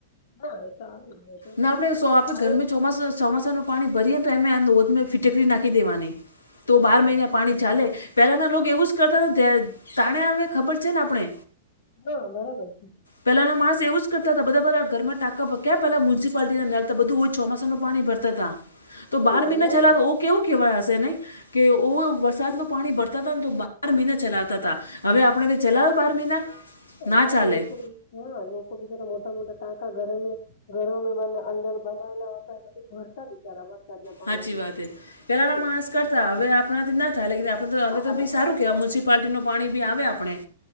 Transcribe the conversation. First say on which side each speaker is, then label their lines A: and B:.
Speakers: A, on the left; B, on the left.
A: હા એ તો આવે ને એ તો
B: ના આપણેે આપે
A: આવે
B: ગરમી ચોમાસા ચોમાસા
A: જ
B: ન પાણી ભરીએ તો એમેોધ મે ફિટેકરી નાખી દેવાની તો
A: સાચી
B: બાર મહિના
A: વાત છે
B: પાણી
A: તમારી
B: ચાલે <unintelligible> પહેલાંના લોકો એવું જ કરતાને તાણે આવે ખબર છે ને, આપણે
A: હા, બરાબર છે.
B: પેલાના માણસ એવું કરતા હતા બધા બધ ઘર ટાંકા ભ્યા પલા મ્યુનસિપાલિટી લતા બધું હોય, ચોમાસાસનું પાણી ભરતા. તો
A: હા
B: બાર મહિના
A: બરાબર
B: છેલ્લા
A: છે.
B: કેવું કેવાય હશે ન કે, ઓ વરસાદનો પાણી ભરતા હતા ને, તો બાર મહિના ચલાવતા હતા, હવે આપણે ક ચલાવે બાર મહિના
A: હ,
B: ના
A: તલા
B: ચાલે
A: લોકો. હા, લોકો બીચાર મોટા-મોટા ટાંકા ઘરેમે ઘરોમાં બ અંદર બનાવેલા હોતા, બધું ભરતા બિચારા દ ના પાણીથી
B: સાચી વાત એ પેલાના
A: હમ.
B: માણસ હવે આપણાથી ના થાય આપ, હવે તો
A: અમુક
B: બી સારું
A: અમુક
B: કેવા મ્યુનિસિપાલટી નું પાણી બી આવે આપણે.